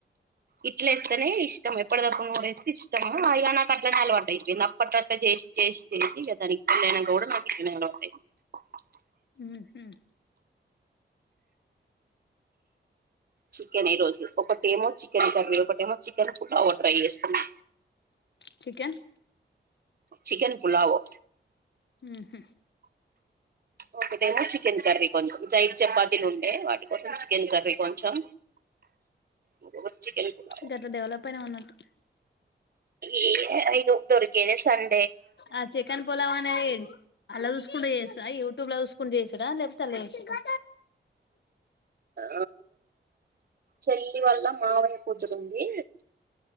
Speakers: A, on the right; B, on the left.
A: ఇట్లేస్తనే ఇష్టం అప్పడిదప్పుడు నూరేస్తే ఇష్టము ఇగ నాకట్లనే అలవాటైయిపోయింది అప్పట్లో అట్లా చేసి చేసి చేసి దానికి పెళ్లి అయినంక కూడా <unintelligible> <unintelligible>
B: ఊహు
A: చికెన్ ఈ రోజు ఒకటేమో చికెన్ కర్రీ ఒకటేమో చికెన్ పులావు ట్రై చేస్తున్నా
B: చికెన్
A: చికెన్ పులావో
B: ఉహు
A: ఓకే నేను చికెన్ కర్రీ కొంచెం నైట్ చపాతీలు ఉండే వాటి కోసం చికెన్ కర్రీ కొంచెం ఇంకొకటి చికెన్ పులావ్
B: గట్ల డెవలప్ ఐనవ్ అన్నట్టు
A: ఇఏ ఇదో దొరికేదే సన్
B: ఆ చికెన్ పొలావా అనేది అల్లా చూసుకుంట చే <unintelligible> యూ టూబ్లో చూస్కుంటా చేసుడా లకపోతె అల్ల చేసుడా
A: ఆ చెల్లి వాల్ల మావయ్య కూతురుంది